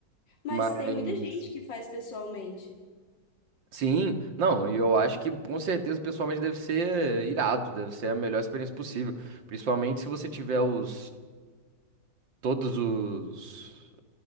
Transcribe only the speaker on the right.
mas,
sim, não, e eu acho que com certeza pessoalmente deve ser irado, deve ser a melhor experiência possível, principalmente se você tiver os, todos os,